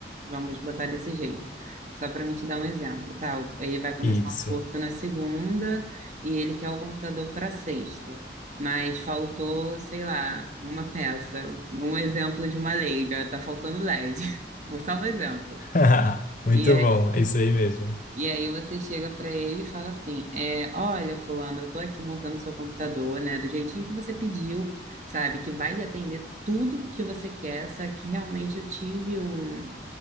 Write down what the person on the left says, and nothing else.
Isso.
<laughs> Muito
bom, é isso aí mesmo.